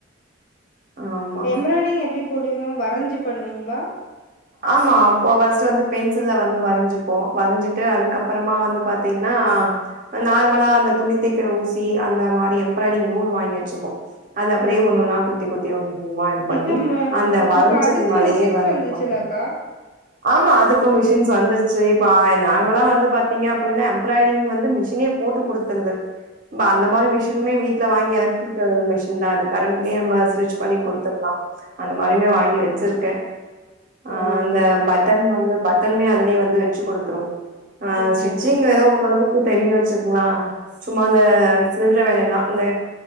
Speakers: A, on the right; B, on the left.
A: ஆமா
B: எம்பிராய்டிங் எப்டி போடுவீங்க வரஞ்சு பண்ணுவீங்களா.
A: ஆமா அப்போ ஃபர்ஸ்ட் வந்து பென்சில்ல வந்து வரஞ்சுப்போ வரஞ்சிட்டு அதுக்கப்பறமா வந்து பாத்தீங்கன்னா நார்மலா அந்த துணி தேக்கிற ஊசி அந்த மாதிரி எம்ப்ராய்டிங் நூல் வாங்கி வச்சுப்போ அது அப்டியே
B: ஓ
A: ஒண்ணுன்னா குத்தி குத்தி ஒணுமா இது பண்ணி
B: இப்ப ம
A: அந்த வரஞ்சது
B: இப்ப அதுக்கு
A: மேலயே
B: மிஷின்ஸ்
A: வந்து
B: வந்துருச்சுலக்கா
A: இது பண்னு ஆமா அதுக்கு மிஷின்ஸ் வந்துருச்சு இப்ப நார்மலா வந்து பாத்தீங்க அப்புடின்னா எம்ப்ராய்டிங் வந்து மிஷினே போட்டு குடுத் துருது இப்ப அந்த மாரி மிஷினுமே வீட்ல வாங்கி எலக்ட்ரிக்கல் மிஷின் தா அது கரண்ட்லயே நம்ம ஸ்டிட்ச் பண்ணி குடுத்துர்லா அந்த மாரியுமே வாங்கி வச்சிருக்கே ஆ
B: ஓ
A: அந்த
B: ஓ
A: பட்டன் வந்து பட்டன்மே அதுலயே வந்து வச்சு குடுத்துரு ஆ
B: ஓஹோ
A: ஸ்ட்சிங் ஏதோ ஓரளவுக் கு தெரிஞ்சு வச்சுக்கலா சும்மா அந்த சில்ற வேலயெல்லா இந்த